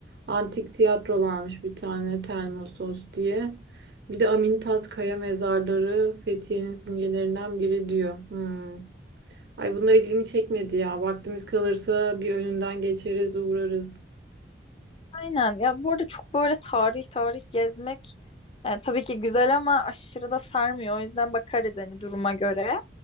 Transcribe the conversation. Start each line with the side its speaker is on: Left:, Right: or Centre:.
Right: Antik tiyatro varmış bir tane Telmosos diye. Bir de Amintas Kaya mezarları Fethiye'nin simgelerinden biri diyor. Hmm. Ay bunlar ilgimi çekmedi ya. Vaktimiz kalırsa bir önünden geçeriz, uğrarız.
Left: Aynen ya bu arada çok böyle tarih tarih gezmek e, tabii ki güzel ama aşırı da sarmıyor. O yüzden bakarız hani duruma göre.